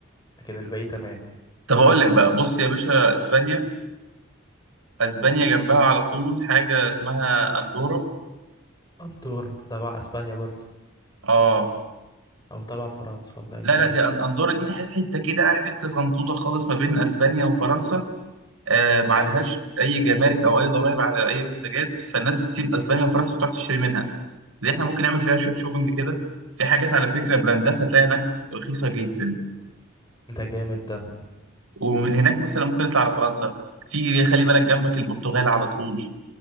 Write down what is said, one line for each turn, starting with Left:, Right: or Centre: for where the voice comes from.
Left: لكن الباقي تمام
Right: طب أقول لك بقى بص يا باشا أسبانيا أسبانيا جنبها على طول حاجة اسمها أندورا
Left: اندورا تبع اسبانيا برضو
Right: آه
Left: او تبع فرنسا والله
Right: لا
Left: مش
Right: لا
Left: عارف
Right: دي أن- أندورا دي ح- حتة كده عارف أنت صغنطوطة خالص ما بين أسبانيا وفرنسا آه ما عليهاش
Left: ايوه
Right: أي جمارك أو أي ضرائب على أي منتجات فالناس بتسيب أسبانيا وفرنسا وتروح تشتري منها دي إحنا ممكن نعمل فيها شوية شوبينج كده في حاجات على فكرة براندات هتلاقي هناك رخيصة جدا
Left: ده جامد ده
Right: ومن هناك مثلا ممكن نطلع على فرنسا في خلي بالك جنبك البرتغال على طول